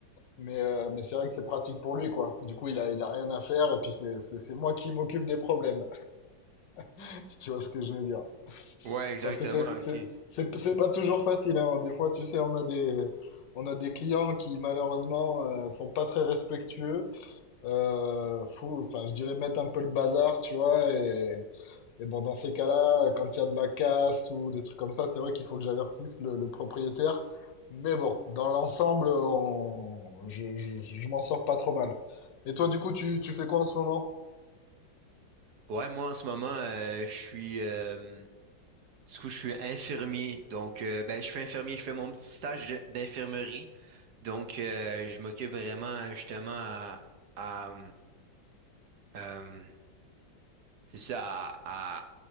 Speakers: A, on the left; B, on the right.
A: Mais euh, mais c'est vrai que c'est pratique pour lui quoi. Du coup il a il a rien à faire et puis c'est c'est c'est moi qui m'occupe des problèmes <laughs> si tu vois ce que je veux dire.
B: Ouais, exactement.
A: Parce que c'est
B: OK.
A: c'est c'est c'est pas toujours facile hein. Des fois tu sais on a des on a des clients qui malheureusement euh, sont pas très respectueux. Euh, fou, enfin je dirais mettre un peu le bazar tu vois et Et bon, dans ces cas-là, quand il y a de la casse ou des trucs comme ça, c'est vrai qu'il faut que j'avertisse le, le propriétaire. Mais bon, dans l'ensemble, on- je, je- je m'en sors pas trop mal. Et toi, du coup, tu, tu fais quoi en ce moment?
B: Ouais, moi, en ce moment, euh, je suis, euh, du coup, je suis infirmier. Donc, euh, ben, je suis infirmier. Je fais mon petit stage de- d'infirmerie. Donc, euh, je m'occupe vraiment, justement, à, à, euh, c'est ça, à, à,